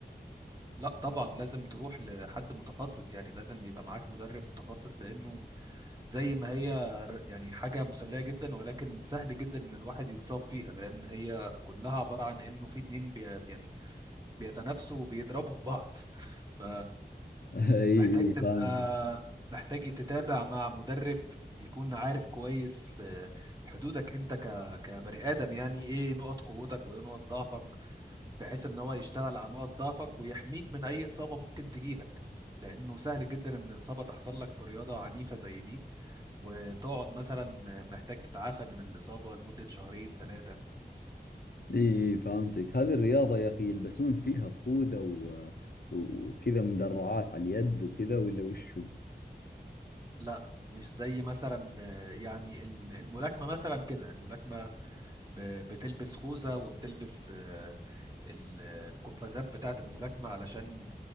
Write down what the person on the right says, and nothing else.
لا طبعا لازم تروح لحد متخصص يعني لازم يبقى معاك مدرب متخصص لانه زي ما هي ر- يعني حاجة مسلية جدا ولكن سهل جدا ان الواحد يتصاب فيها لان هي كلها عبارة عن انه في اتنين بي يعني بيتنافسوا وبيضربوا في بعض <laughs> ف
محتاج تبقى
محتاج تتابع مع مدرب يكون عارف كويس آه، حدودك انت ك... كبني ادم يعني ايه نقط قوتك وايه نقط ضعفك بحيث ان هو يشتغل على نقط ضعفك ويحميك من اي اصابه ممكن تجيلك لانه سهل جدا ان اصابه تحصل لك في رياضه عنيفه زي دي وتقعد مثلا محتاج تتعافى من الاصابه لمده شهرين ثلاثه
لا مش زي مثلا آه، يعني ال- الملاكمه مثلا كده الملاكمه ب- بتلبس خوذة وبتلبس آه، ال- القفازات بتاعة الملاكمة علشان